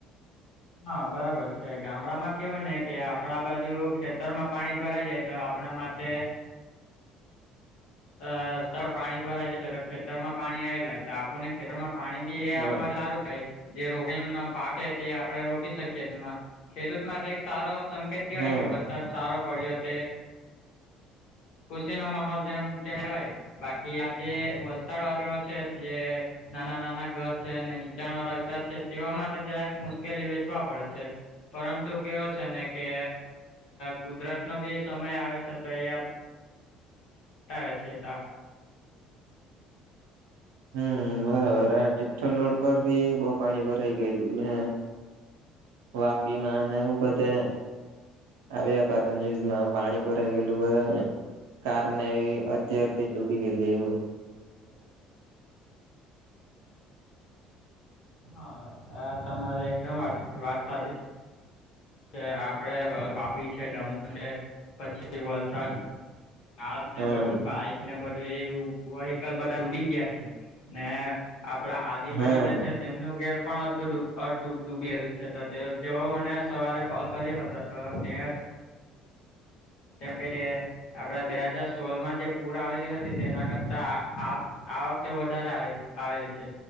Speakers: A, on the left; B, on the right.
A: હા બરાબર છે ગામડામાં કેવું ને કે આપણા બાજુ ખેતર માં પાણી ભરાઈ જાય તો આપણા માટે અસ્ત પર પાણી ભરાઈ જાય છે, તો ખેતર મા પાણી આવે લાગે આપણને ખેતરમાં પાણી બી એ
B: હા
A: આપણા માટે સારું કેહવાય જે રોપણીનો પાક છે, તે આપણે રોપી શકીએ તેમાં ખેડૂત માટે એક સારો સંકેત કેવાય
B: હા
A: કે વરસાદ સારો પડ્યો તે ખુશીનો માહોલ તેમ <unintelligible> નાના નાના ઘર છે અને નીચાણ વાળા વિતાર છે, તેવા માટે જરાક મુશ્કેલી વેઠવા પડે છે, પરંતુ છે ને કે કુદરત નો બી સમય આવે છે, તો એ આવે છે.
B: હમ બરાબર આ ટિ્ઠલ રોડ પર ભી બહુ પાણી ભરાઈ ગયેલુ ને વાપી માં એ બધે આવ્યા કાર ન્યુઝમાં પાણી ભરાઈ ગયેલુ બધાને કારને એવી ત્યાંથી જ ડૂબી ગયેલી એવુ
A: હા તમારી એકદમ વાત સાચી છે. આપડે વાપી છે, દમણ છે પછી વલસાડ કાર ને
B: હમ
A: બધું બાઈક ને બધું એ વ્હીકલ બધા ડૂબી ગયા છેને. આપડા આદિભાઈ
B: હમ
A: અને છે. તેમનું ઘેર પણ અડધું ડૂબેલું છે તો તેઓ એ મને સવારે કોલ કર્યો હતો. તો તે કહી આપડે બે હાજાર સોળમાં જે પૂર આવેલી હતી તેના કરતા આ આ વખતે વધારે આવેલી છે,